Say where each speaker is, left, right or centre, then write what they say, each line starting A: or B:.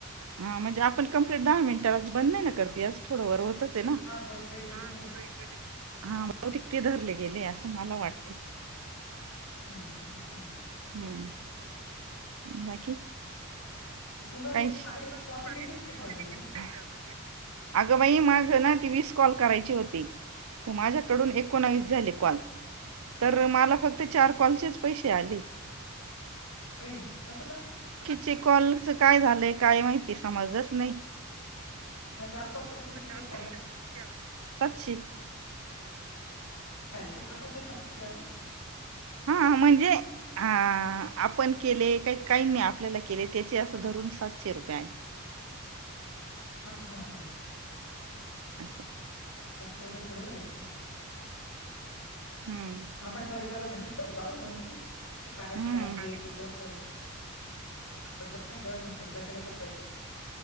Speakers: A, on the right (about 70°); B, on the left (about 70°).
A: हा म्हणजे आपण कंप्लीट दहा मिनटालाच बंद नाही ना करत हे अस थोड वर हो. तसे ना हा
B: थोडं इकडे तिकडे
A: जरा
B: होत
A: इकडे तिकडे हा बहुतेक ते धरले गेलय असं मला वाटतय
B: हम्म हम्म हम्म
A: हम्म बाकी
B: मग तुला असं
A: कुठंहाईस
B: मागे हे कॉलचे किती पैसे आले होते
A: <unintelligible> अगंबाई माग होय ना ती वीस कॉल करायची होती तर माझ्याकडून
B: हं.
A: एकोनवीस झाले कॉल तर मला फक्त चार कॉलचेच पैसे आले
B: बाई असं का
A: चे कॉलच काय झालंय काय माहिती समजच नाही
B: मग चार कॉलचे तुला
A: म
B: किती
A: चार कॉलचं
B: आले
A: तुझं किती आलंय
B: हॅलो सतरा कॉलचे सातशे आले
A: हा म्हणजे हा आपण केले त्यात काही नाही आपल्याला केले त्याचे असं धरून सातशे रुपये आले
B: हा हा हा
A: असं
B: सातशे रुपये थोडे झालेत का?
A: हम्म
B: आपण सविताला म्हंटल होतो का गं सोनी ते कागद
A: हम्म
B: साहेब घे कर ऐकलं नाही तेव्हा शंभर रुपयाकडे पाहिलं